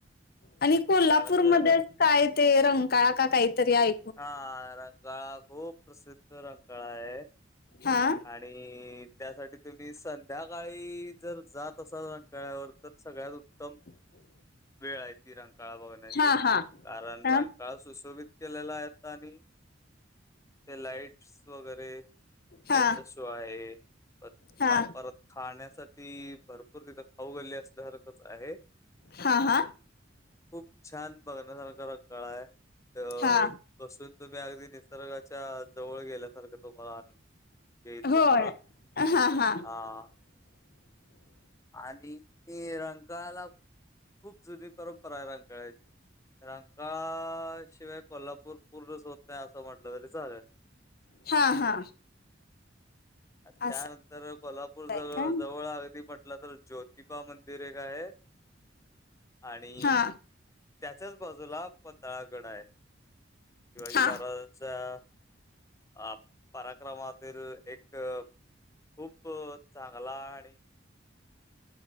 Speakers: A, on the left; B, on the left.
A: आणि कोल्हापूरमध्ये
B: त्यानंतर
A: काय ते रंकाळा का काहीतरी ऐ
B: हा रंकाळा खूप प्रसिद्ध रंकाळा आहे.
A: हा.
B: आणि त्यासाठी तुम्ही संध्याकाळी जर जात असाल रंकाळ्यावर तर सगळ्यात उत्तम
A: <inaudible>
B: वेळ आहे ती रंकाळा बघण्याची
A: हा हा
B: कारण
A: हा
B: रंकाळा सुशोभित के लाय आता आणि ते लाइट्स वगैरे लाइटचा
A: हा
B: शो आहे प
A: हा
B: पा परत खाण्यासाठी भरपूर तिथं खाऊ गल्ली असल्यासारखंच आहे.
A: हा हा.
B: खूप छान बघण्यासारखा रंकाळा आहे त्यो
A: हा
B: बसून तुम्ही अगदी निसर्गाच्या जवळ गेल्यासारखं तुम्हाला अनुभव येईल
A: होय
B: तुम्हाला
A: हा हा
B: आ
A: <inaudible>
B: आणि ते रंकाळाला खूप जुनी परंपरा आहे रंकाळाची रंकाळाशिवाय कोल्हापूर पूर्णच होत नाही असं म्हटलं तरी चालेल.
A: हा हा.
B: त्यानंतर
A: असं
B: कोल्हापूर
A: आहे
B: जवळ
A: का
B: जवळ अगदी म्हटलं तर ज्योत तिबा मंदिर एक आहे आणि
A: हा
B: त्याच्याच बाजूला पन्हाळागड आहे शिवाजी
A: हा
B: महाराजांचा अ पराक्रमातील एक खूप चांगला आणि